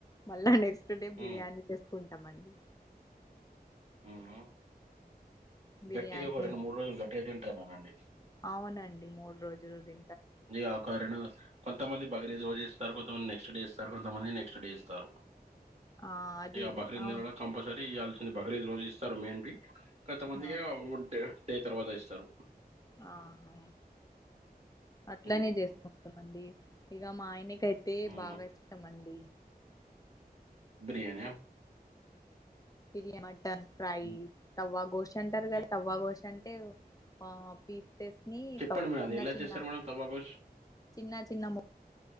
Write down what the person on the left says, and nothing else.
మళ్ళా నెక్స్ట్ డే
బిర్యానీ తీసు చెమండి
బిర్యానీ
అవునండి మూడు రోజులు ది
ఆ అది
అవునండి
ఆ,
ఆహా అట్లనే
జేసుకుంటామండి ఇగ మా ఆయన ఐతే
బాగా ఇష్టమండి
మీరె మటన్ ఫ్రై
తవ్వగోష్ అంటారు కదా
తవ్వ గోష్ అంటే మా పి ఫెప్ నీ
చిన్నా
చిన్నా
చిన్నా చిన్నా ము